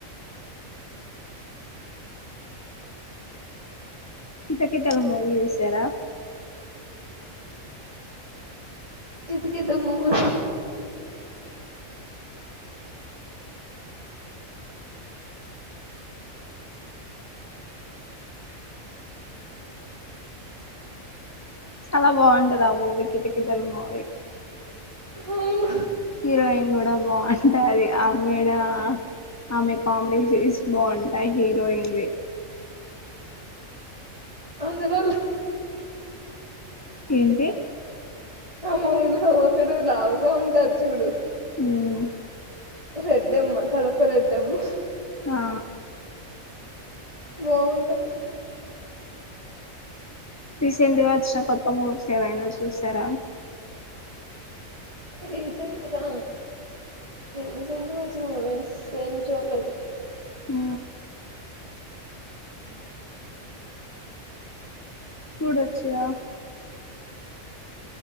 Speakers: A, on the left; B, on the right.
A: కితకితలు మూవీ చూసారా
B: కితకితలు మూవీ
A: చాలా బాగుంటది ఆ మూవీ కితకితలు కితలు మూవీ
B: అవును
A: హీరోయిన్ కూడ బాగ ఉంటది ఆమెడ ఆమె కామెడీ సీన్స్ బాగుంటాయి హీరోయిన్ వి
B: అందులో
A: ఏంటి
B: మూవీ లో ఒక్కడు లావుగా ఉంటారు చూడు
A: ఉమ్
B: రెడ్డమ్మ కడప రెడ్డమ్మ
A: ఆ
B: బాగుంటది
A: రీసెంట్గా వచ్చిన కొత్త మూవీస్ ఏవైనా చూసార
B: రీసెంట్గా రీసెంట్గా వచ్చిన మూవీస్ ఎం చూడలేదు
A: అ చూడొచూగ